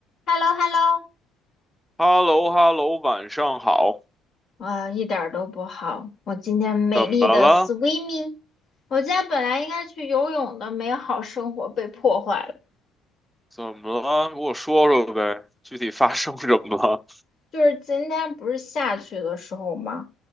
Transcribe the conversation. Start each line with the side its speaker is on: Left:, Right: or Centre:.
Left: h e l l o h e l l o
Centre: h e l l o h e l l o 晚上好。
Left: 啊，一点儿都不好。我今天美丽的
Centre: 怎么了？
Left: swimming，我今天本来应该去游泳的美好生活被破坏了。
Centre: 怎么了？给我说说呗，具体发生什么了？
Left: 就是今天不是下去的时候嘛，